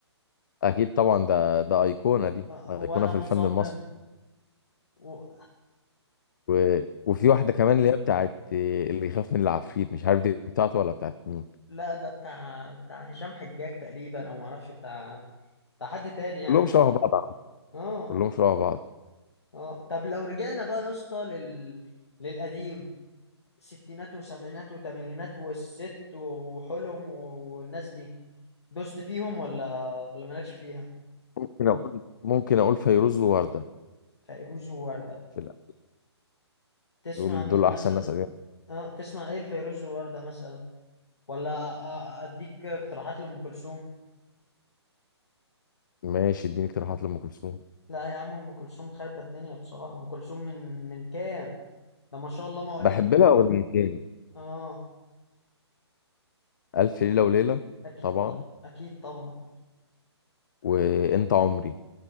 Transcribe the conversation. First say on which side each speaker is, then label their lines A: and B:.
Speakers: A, on the left; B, on the left.
A: اكيد طبعا ده ده ايقونة دي
B: آه،
A: ايقونة
B: وانا
A: في
B: مصمم
A: الفن المصري
B: و...
A: و... وفي واحدة كمان اللي هي بتاعت آه، اللي يخاف من العفريت مش عارف دي بتاعته ولا بتاعت مين
B: لا ده بتاع بتاع هشام حجاج تقريبا او معرفش بتاع بتاع حد تاني يعني
A: كلهم شبه بعض عم.
B: اه
A: كلهم شبه بعض
B: اه طب لو رجعنا بقى يا اسطى لل... للقديم ستينات وسبعينات وثمانينات والست وحلم والناس دي دوست فيهم ولا ولا مالكش فيها
A: ممكن اقول ممكن اقول فيروز ووردة
B: فيروز ووردة
A: في الأ-
B: تسمع
A: دول
B: مين
A: دول احسن
B: مثلا
A: ناس قديمة
B: اه تسمع ايه الفيروز ووردة مثلا ولا أ- أ- اديك اقتراحات لأم كلثوم
A: ماشي اديني اقتراحات لأم كلثوم
B: لا يا عم أم كلثوم خربت الدنيا بصراحة أم كلثوم من من كام ده ما شاء الله مواليد
A: بحب لها اغنيتين
B: اه
A: ألف ليلة وليلة
B: اكيد
A: طبعا
B: طبعا اكيد طبعا
A: وأنت عمري